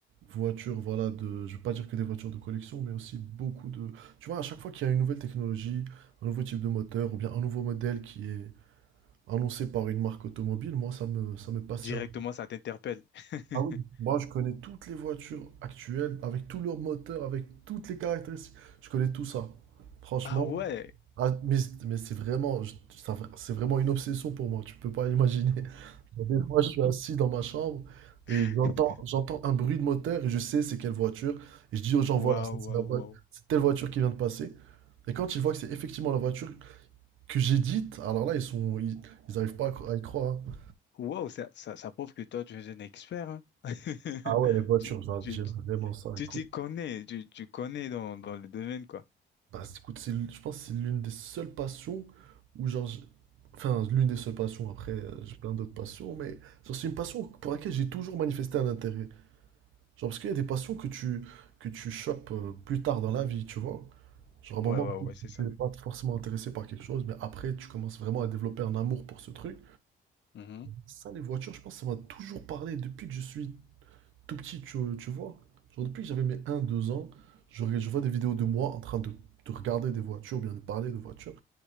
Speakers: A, on the right; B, on the left.
A: voiture, voilà, de, je ne veux pas dire que des voitures de collection, mais aussi beaucoup de... Tu vois, à chaque fois qu'il y a une nouvelle technologie, un nouveau type de moteur, ou bien un nouveau modèle qui est annoncé par une marque automobile, moi, ça me, ça me passionne.
B: Directement, ça t'interpelle. <laughs>
A: Ah oui. Moi, je connais toutes les voitures actuelles, avec tous leurs moteurs, avec toutes les caractéristiques. Je connais tout ça. Franchement,
B: Ah ouais.
A: ah, mais c'est mais c'est vraiment, je- ça- c'est vraiment une obsession pour moi, tu peux pas imaginer. <laughs> Des fois, je suis assis dans ma chambre et
B: <laughs>
A: j'entends, j'entends un bruit de moteur et je sais c'est quelle voiture. Et je dis aux gens, voilà,
B: Waouh,
A: ça, c'est
B: waouh,
A: la voiture,
B: waouh.
A: c'est telle voiture qui vient de passer. Et quand ils voient que c'est effectivement la voiture que j'ai dite, alors là, ils sont, ils, ils arrivent pas à cro- à y croire. hein.
B: Waouh, ça, ça, ça prouve que toi, tu es un expert. hein. <laughs>
A: Ah ouais, les voitures,
B: Tu,
A: j'a-
B: tu,
A: j'aime
B: tu
A: vraiment ça.
B: tu
A: Écoute,
B: t'y connais, tu, tu connais dans, dans le domaine, quoi.
A: Bah, c'est- écoute, c'est, l- je pense que c'est l'une des seules passions où, genre, j'- enfin, l'une des seules passions, après, euh, j'ai plein d'autres passions, mais genre, c'est une passion pour laquelle j'ai toujours manifesté un intérêt. Genre, parce qu'il y a des passions que tu, que tu chopes euh, plus tard dans la vie, tu vois. Genre, à
B: Ouais,
A: un moment,
B: ouais,
A: peut-être
B: ouais, c'est
A: que
B: ça.
A: tu n'es pas forcément intéressé par quelque chose, mais après, tu commences vraiment à développer un amour pour ce truc.
B: Mhm.
A: Ça, les voitures, je pense que ça m'a toujours parlé depuis que je suis tout petit, tu, tu vois. Genre, depuis que j'avais mes un deux ans, je, regarde- je vois des vidéos de moi en train de, de regarder des voitures, bien de parler de voitures.